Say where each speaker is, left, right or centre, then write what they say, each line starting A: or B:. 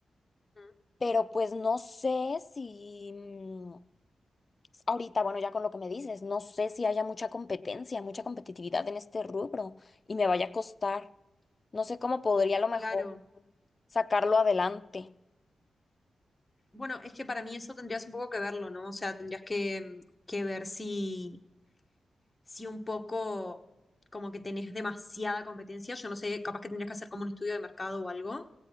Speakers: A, on the left; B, on the left.
A: Mm,
B: pero pues no sé si mm, ahorita, bueno, ya con lo que me dices, no sé si haya mucha competencia, mucha competitividad en este rubro y me vaya a costar. No sé cómo podría a lo mejor
A: Claro.
B: sacarlo adelante.
A: Bueno, es que para mí eso tendrías un poco que verlo, ¿no? O sea, tendrías que, que ver si, si un poco como que tenés demasiada competencia. Yo no sé, capaz que tendrías que hacer como un estudio de mercado o algo,